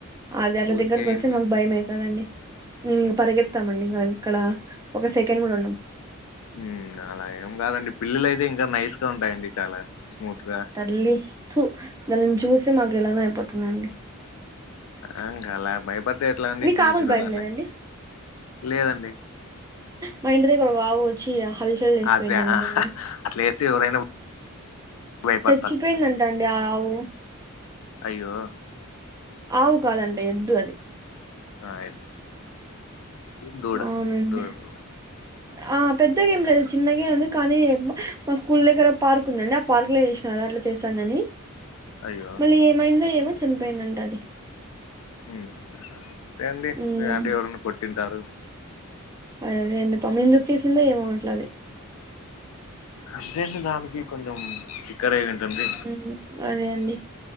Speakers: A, on the right; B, on the left.
A: అది అట్ల
B: ఊరికే
A: దగ్గరికి వస్తే
B: ఇంట్లో
A: మాకు భయం అయితాదండి మేము ఇగ పరిగెత్తామండి ఇంగ ఇక్కడ ఒక సెకండ్ కూడా ఉండం
B: మ్ అలా ఏం కాదండి పిల్లలు అయితే ఇంకా నైస్ గా ఉంటాయండి చాలా స్మూత్ గా
A: సర్లే తు వాళ్ళని చూస్తె మాకు ఎలానో అయిపోతుందండి
B: అ ఇంకా అలా భయపడితే ఎట్లా అండి
A: మీకు
B: చిన్న
A: ఆవులు
B: చిన్న
A: భయం
B: దాన్లక్
A: లేదండి
B: లేదండి
A: మా ఇంటి దగ్గర వాగు వచ్చి హల్చల్ చల్ చేసి
B: అదే
A: పోయిందండి
B: ఆ,
A: మొన్న
B: అట్లా అయితే ఎవరైనా భయపడతారు
A: చచ్చిపోయిందం దండీ ఆ ఆవు
B: అయ్యో
A: ఆవు కాదంటే ఎద్దు అది
B: ఆ ఎద్ దూడ
A: అవునండి
B: దూడపిల్ల
A: ఆ పెద్ద గేమ్ లేదు చిన్నగే ఉంది కానీ మా స్కూల్ దగ్గర పార్క్ ఉందండి ఆ పార్కులో చూసిన కదా అట్లా చేస్తాందని
B: అయ్యో
A: మళ్ళీ ఏమైందో ఏమో చనిపోయిందంట అది
B: మ్ అంతే అండి ఆంటీ
A: ఉమ్
B: లేదంటే ఎవరన్న కొట్టింటారు
A: అదే అదే అండి పని ఎందుకు చేసిందో ఏమో అట్లా అది
B: అంతే అండి దానికి కొంచెం తిక్క రేగిఉంటుంది
A: మ్ అదే అండి